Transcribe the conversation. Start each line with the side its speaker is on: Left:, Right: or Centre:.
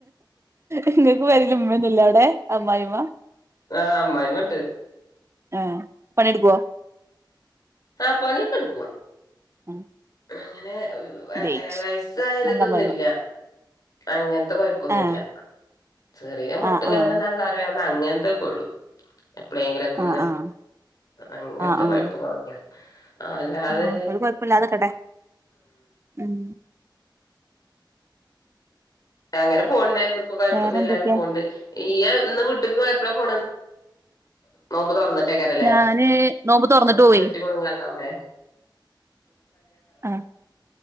Right: എങ്ങക്ക് വരലമ്മന്നില്ല അവിടെ അമ്മ്മ
Left: ആഹ അമ്മ്മണ്ട്
Right: ആഹ പണിടുക്കോ
Left: സാപ്പണി കൊടുക്ക
Right: ഉം
Left: അങ്ങനെ
Right: ഗ്രേറ്റ്
Left: വയസ്സായാല
Right: നല്ല
Left: ഇതൊന്നുംില്ല
Right: അമ്മായിമ്മ
Left: അങ്ങന കുഴപ്പന്നില്ല
Right: ആഹ്
Left: ചെറിയ മുട്ടുവേദന
Right: ആഹ് ആഹ്
Left: ആ കാര് വേദന അങ്ങനത്തെക്കെ ഉള്ളു എപ്പഴങ്കിലും ഒക്കെ
Right: ആഹ്
Left: ഒന്ന്
Right: ആഹ്
Left: അങ്ങനത്തെ
Right: ആഹ് ആഹ്
Left: പഴപ്പ കക്ക ആ അല്ലാതെ
Right: ആഹ് ഒരു കൊഴപ്പല്ലാതെക്കട്ടെ ഉം
Left: അങ്ങനെ പോവണ്ട് ഇപ്പൊ കൊഴപ്പൊന്നും
Right: വേറെന്തൊക്കെയാ
Left: ഇല്ലാെ പോണ്ട് ഈയ ഇന്ന് വിീട്ടക്ക് എപ്പളാ പോണ നമ്പത് പറഞ്ഞിട്ട് ക്കാരല്ലേ
Right: ഞാന് നോമ്പ് തൊറന്നിട്ട്
Left: കൊറച്ച്
Right: പോവേ
Left: വെട്ടിമുണുങ്ങണ്ട അവിടെ
Right: ആ